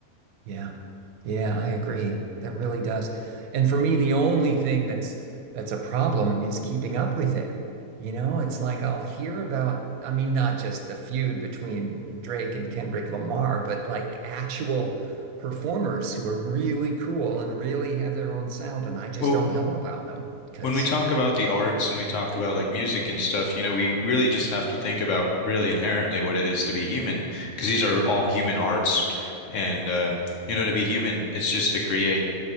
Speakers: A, on the right; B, on the left.
A: Yeah. Yeah, I agree. That really does. And for me, the only thing that's that's a problem is keeping up with it. You know, it's like I'll hear about, I mean, not just the feud between Drake and Kendrick Lamar, but like actual performers who are really cool and really have their own sound, and I just
B: Well,
A: don't know about them because,
B: When we talk about the arts and we talk about like music and stuff, you know, we really just have to think about really inherently what it is to be human, because these are all human arts. And, uh, you know, to be human, it's just to create.